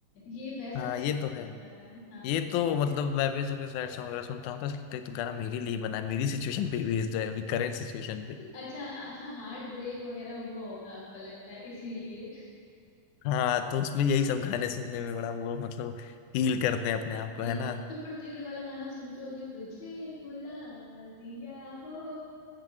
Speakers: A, on the left; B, on the left.
A: ये वैसा
B: हाँ
A: टाइप
B: ये तो है
A: हो जाता है हाँ
B: ये तो मतलब मैं भी ऐसे कोई सैड सॉन्ग वगैरह सुनता हूँ तो ऐसा लगता है तो गाना मेरे लिए बना है मेरी सिचुएशन पे बेस्ड है अभी करंट सिचुएशन पे
A: अच्छा अच्छा हार्ट ब्रेक वगैरह हुआ होगा आपका लगता है इसीलिए
B: हाँ तो उसमें यही सब गाने सुनने में बड़ा वो मतलब हील करते हैं अपने आप को है
A: हम्म
B: ना
A: तो फिर तो ये वाला गाना सुनते होगे तुझे भुला दिया हो